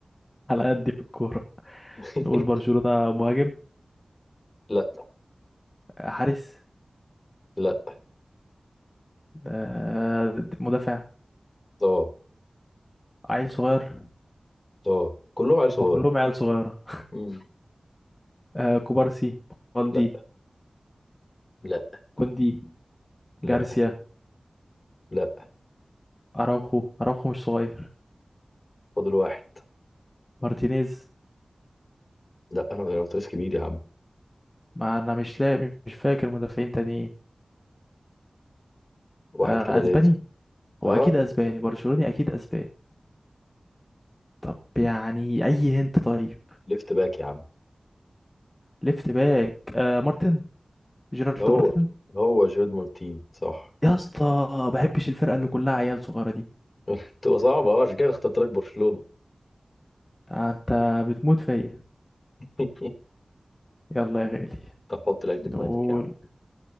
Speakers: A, on the left; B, on the left.
A: على قد في الكورة
B: <laughs>
A: نقول برشلونة مهاجم
B: لا
A: آه، حارس
B: لا
A: آه، مدافع
B: اه
A: عيل صغير
B: اه كلهم عيال صغيرة
A: ما كلهم عيال صغيرة
B: مم.
A: <laughs> آه، كوبارسي بالدي
B: لا لا
A: كوندي
B: لا
A: جارسيا
B: لا
A: اراوخو اراوخو مش صغير
B: فاضل واحد
A: مارتينيز
B: لا انا بيراميدز كبير يا عم
A: ما انا مش لاقي مش فاكر مدافعين تانيين
B: واحد
A: آه،
B: كده
A: اسباني
B: ليفت
A: هو
B: اه
A: اكيد اسباني برشلوني اكيد اسباني طب يعني اي هنت طيب
B: ليفت باك يا عم
A: ليفت باك آه مارتن جيرارد
B: هو
A: مارتن
B: هو جيرد مارتين صح
A: يا اسطى بحبش الفرقه اللي كلها عيال صغيره دي
B: <laughs> تبقى صعبة اه عشان كده اخترت لك برشلونة
A: آه، انت بتموت فيا
B: <laughs>
A: يلا يا غالي
B: طب حط لك دماغك
A: نقول
B: يا عم